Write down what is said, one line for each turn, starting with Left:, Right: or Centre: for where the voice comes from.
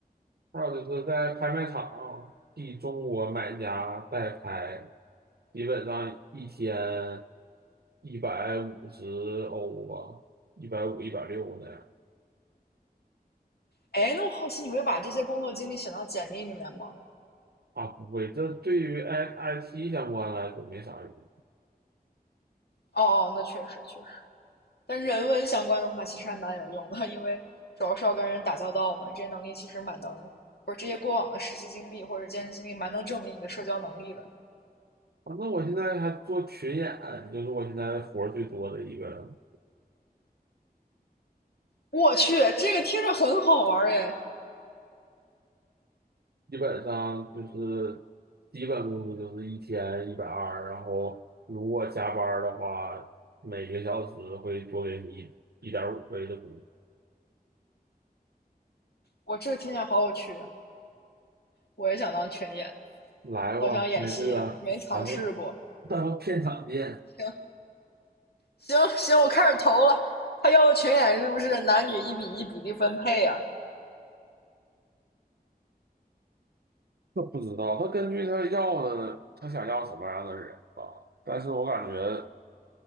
Right: 还有就是在拍卖场替中国买家代拍，基本上一天一百五十欧吧，一百五、一百六那样。
Left: 哎，那我好奇你会把这些工作经历写到简历里面吗？
Right: 啊，不会，这对于 I IT 相关来说没啥用。
Left: 哦哦，那确实确实，但人文相关的话其实还蛮有用的，因为主要是要跟人打交道嘛，这些能力其实蛮能，不是这些过往的实习经历或者兼职经历蛮能证明你的社交能力的。
Right: 反正我现在还做群演，就是我现在活儿最多的一个
Left: 我去，这个听着很好玩儿哎，
Right: 基本上就是基本工资就是一天一百二，然后如果加班儿的话，每个小时会多给你一点五倍的工资。
Left: 我这个听起来好有趣啊，我也想当群演，
Right: 来吧，
Left: 好想演戏呀、
Right: 那这个
Left: 没尝试过。
Right: <laughs> 咱们咱们片场见。
Left: 行，行行，我开始投了。他要的群演是不是男女一比一比例分配啊？
Right: 那不知道，他根据他要的，他想要什么样的人吧。但是我感觉，